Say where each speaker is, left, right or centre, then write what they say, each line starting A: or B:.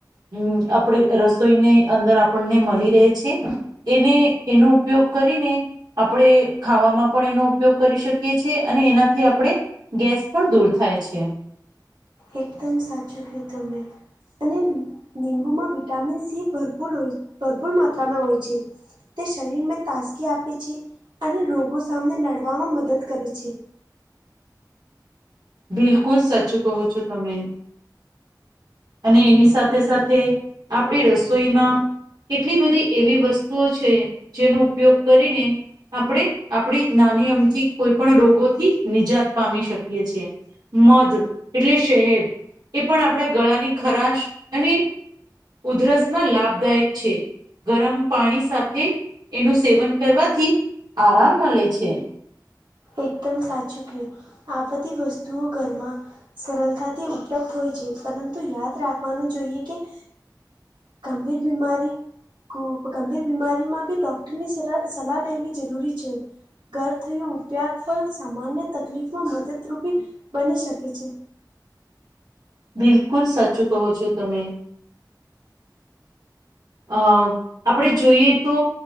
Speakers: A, on the right; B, on the right.
A: હમ્મ, આપણે રસોઈની અંદર આપણને મળી રહે છે. એને એનો ઉપયોગ કરીને આપણેે ખાવામાં પણ એનો ઉપયોગ કરી શકીએ છીએ અને એનાથી આપણે ગેસ પણ દૂર થાય છે.
B: એકદમ સાચું કયું તમે. અને લીંબુમાં વિટામિન સી ભરપૂર હોય ભરપૂર માત્રામાં હોય છે. તે શરીરમાં તાજગી આપે છે અને રોગો સામને લડવામાં મદદ કરે છે.
A: બિલકુલ સાચું કહો છો તમે. અને એની સાથે સાથે આપણી રસોઈમાં કેટલી બધી એવી વસ્તુઓ છે જેનો ઉપયોગ કરીને આપણે આપણી નાની અમથી કોઈ પણ રોગોથી નિજાત પામી શકીએ છે. મધ એટલે શહેદ એ પણ આપણા ગળાની ખરાશ અને ઉધરસમાં લાભદાયક છે. ગરમ પાણી સાથે એનું સેવન કરવાથી આરામ મળે છે.
B: એકદમ સાચું કયું આ બધી વસ્તુઓ ઘરમાં સરળતાથી ઉપલબ્ધ હોય છે પરંતુ યાદ રાખવાનું જોઈએ કે ગંભીર બીમારી ગંભીર બીમારીમાં બી ડોક્ટરની સલા સલાહ લેવી જરૂરી છે. ઘર થયું ઉપ્યાગ ફલ સામાન્ય તકલીફમાં મદદરૂપી બની શકે છે.
A: બિલકુલ સાચું કહો છો તમે. અ આપણે જોઈએ તો